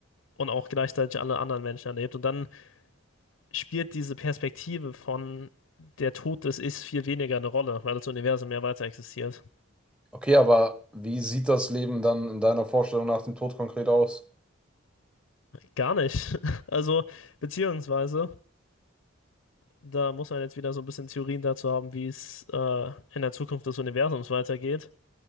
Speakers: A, on the left; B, in the centre.
A: und auch gleichzeitig alle anderen Menschen erlebt. Und dann spielt diese Perspektive von der Tod des Ichs viel weniger eine Rolle, weil das Universum mehr weiter existiert.
B: Okay, aber wie sieht das Leben dann in deiner Vorstellung nach dem Tod konkret aus?
A: Gar nicht. <laughs> Also, beziehungsweise, da muss man jetzt wieder so ein bisschen Theorien dazu haben, wie es äh, in der Zukunft des Universums weitergeht.